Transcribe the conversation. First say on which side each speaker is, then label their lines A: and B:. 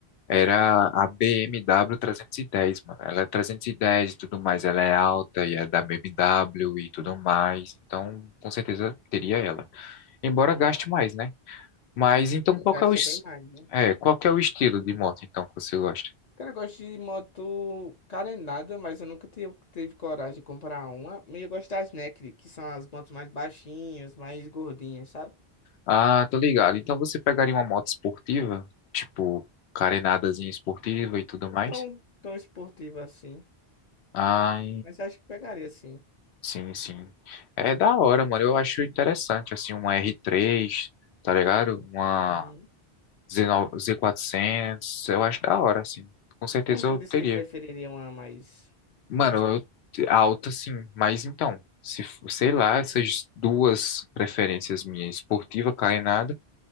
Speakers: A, on the left; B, on the left.
A: Era a BMW dez. mano. Ela é 310 e dez e tudo mais. Ela é alta e é da BMW e tudo mais. Então, com certeza teria ela. Embora gaste
B: Uhum.
A: mais, né? Mas então, qual
B: Gasta
A: que é o, es-
B: bem mais, né?
A: é, qual que é o estilo de moto, então, que você gosta?
B: Cara, eu gosto de moto carenada, mas eu nunca tive, tive coragem de comprar uma. Mas eu gosto das Naked, que são as motos mais baixinhas, mais gordinhas, sabe?
A: Ah, tô ligado. Então, você pegaria uma moto esportiva? Tipo, carenadazinha esportiva e tudo mais?
B: tão, tão esportivo assim.
A: Ah,
B: Mas acho que pegaria sim.
A: sim, sim. É da hora, mano. Eu acho interessante, assim, uma R3, tá ligado? Uma
B: Uhum.
A: Z9 Z400. Eu acho da hora, assim. Com certeza
B: Mas
A: eu
B: não
A: teria.
B: disse que preferiria uma mais.
A: Mano,
B: Mas
A: eu, alta, sim. Mas então, se, f- sei lá, essas duas preferências minhas, esportiva, carenada